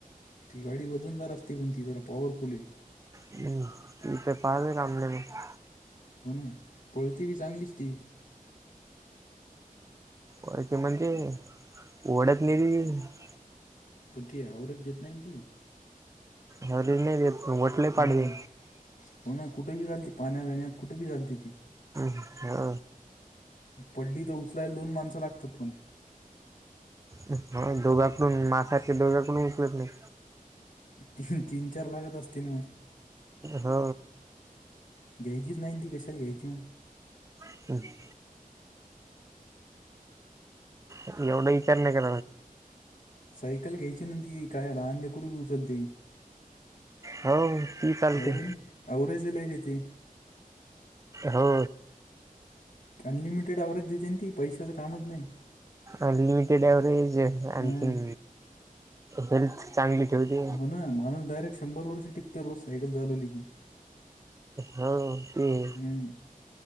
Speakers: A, on the left; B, on the right.
A: ती गाडी वजनदार असते, पण ती जरा पॉवरफुल हे.
B: हम्म, ते काय <unintelligible>
A: हो ना, पळती बी चांगलीच ती
B: ओळख म्हणजे ओढतले बी <unintelligible>
A: पती आवररच देत नाही ती
B: हो नाही वटले
A: हम्म
B: पाडवे
A: हो ना कुठेबी झाल त पाण्या गाण्यात कुठंबी झाचालती ती
B: हा
A: पडली तर उचलायला दोन माणसं लागतात पण
B: अम् ह दोघाकडून मासारखे दोघ्याकडून उचलत नाही
A: तीन तीन चार लागत असतील म
B: हा
A: घ्यायचीच नाही ती कशाला घ्यायची
B: हम्म. एवढं विचार नाही का
A: सायकल घ्यायची म्हणती. काय लहान लेकरुबी उचलते.
B: हो ती चालते
A: आहे
B: <inaudible>
A: का नाही ॲव्हरेज लय देते
B: हो.
A: की अनलिमिटेड आवरेज देतेन ती पैशचं कामच नाही
B: अधलिअमिटेड अव्हरेजे. आणखीन
A: हां
B: हेल्थ. चांगली ठेवते
A: हो ना माणस डायरेक्ट शंभर वर्षी टिकते रोज सायकल चालवली की
B: हा ह
A: हम्म